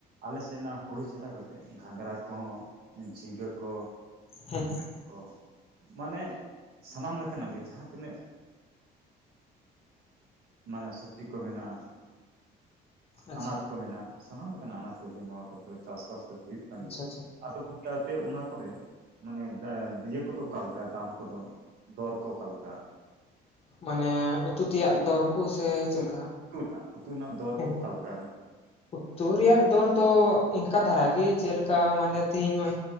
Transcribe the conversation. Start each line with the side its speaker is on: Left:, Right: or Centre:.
Right: ᱟᱞᱮ ᱥᱮᱫ ᱚᱱᱟ ᱦᱩᱲᱩ ᱪᱷᱟᱰᱟᱣ ᱠᱟᱛᱮᱫ, ᱜᱷᱟᱸᱜᱽᱨᱟ ᱠᱚᱦᱚᱸ ᱡᱷᱤᱸᱜᱟᱹ ᱠᱚ
Left: ᱦᱮᱸ ᱦᱮᱸ
Right: <inaudible> ᱢᱟᱱᱮ ᱥᱟᱱᱟᱢ ᱞᱮᱠᱟᱱᱟᱜ ᱜᱮ ᱡᱟᱦᱟᱸ ᱛᱤᱱᱟᱹᱜ ᱢᱟᱱᱮ ᱥᱚᱵᱡᱤ ᱠᱚ ᱢᱮᱱᱟᱜᱼᱟ
Left: ᱟᱪᱪᱷᱟ
Right: ᱟᱱᱟᱡ ᱠᱚ ᱢᱮᱱᱟᱜᱼᱟ ᱥᱟᱱᱟᱢ ᱞᱮᱠᱟᱱᱟᱜ ᱟᱱᱟᱡ ᱠᱚᱜᱮ ᱱᱚᱣᱟ ᱠᱚ ᱫᱚ ᱪᱟᱥᱵᱟᱥ ᱫᱚ ᱦᱩᱭᱩᱜ ᱠᱟᱱ
Left: ᱟᱪᱪᱷᱟ
Right: ᱜᱮᱭᱟ
Left: ᱟᱪᱪᱷᱟ
Right: ᱟᱫᱚ ᱜᱚᱢᱠᱮ ᱚᱱᱟ ᱠᱚᱨᱮ ᱢᱟᱱᱮ ᱤᱭᱟᱹ ᱠᱚᱫᱚ ᱚᱠᱟᱞᱮᱠᱟ ᱫᱟᱢ ᱠᱚᱫᱚ ᱫᱚᱨᱠᱚ ᱚᱠᱟᱞᱮᱠᱟ?
Left: ᱢᱟᱱᱮ ᱩᱛᱩ ᱛᱮᱭᱟᱜ ᱫᱚᱨᱠᱚ ᱥᱮ
Right: ᱩᱛᱩ
Left: ᱪᱮᱫ ᱞᱮᱠᱟ?
Right: ᱨᱮᱱᱟᱜ ᱩᱛᱩ ᱨᱮᱱᱟᱜ, ᱩᱛᱩ ᱨᱮᱱᱟᱜ ᱫᱚᱨᱠᱚ
Left: ᱦᱮᱸ
Right: ᱚᱠᱟ ᱞᱮᱠᱟ
Left: ᱩᱛᱩ ᱨᱮᱭᱟᱜ ᱫᱚᱨ ᱫᱚ ᱤᱱᱠᱟ ᱫᱷᱟᱨᱟ ᱜᱮ ᱡᱮᱞᱮᱠᱟ ᱢᱟᱱᱮ ᱛᱮᱦᱤᱧ ᱱᱚᱜᱼᱚᱭ